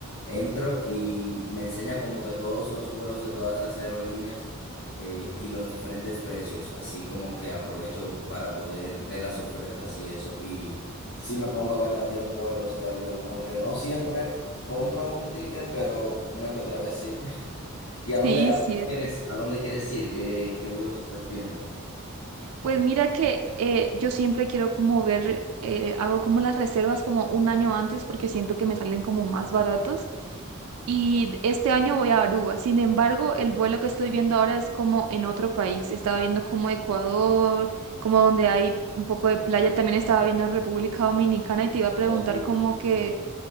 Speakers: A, on the left (about 75°); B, on the right (about 85°).
A: entro y me enseña como que todos los vuelos de todas las aerolíneas eh, y los diferentes precios, así como que aprovecho para poder ver las ofertas y eso. Y sí me pongo a ver también vuelos de avión, aunque no siempre compro un ticket, pero una que otra vez sí. ¿Y
B: Sí,
A: a dónde, a
B: sí.
A: dónde quieres, a dónde quieres ir? ¿Qué, qué vuelos estás viendo?
B: Pues mira que eh, yo siempre quiero como ver, eh, hago como las reservas como un año antes porque siento que me salen como más baratos. Y d- este año voy a Aruba. Sin embargo, el vuelo que estoy viendo ahora es como en otro país. Estaba viendo como Ecuador, como donde hay un poco de playa. También estaba viendo en República Dominicana y te iba a preguntar
A: Oh, sí,
B: como
A: sí, sí.
B: que,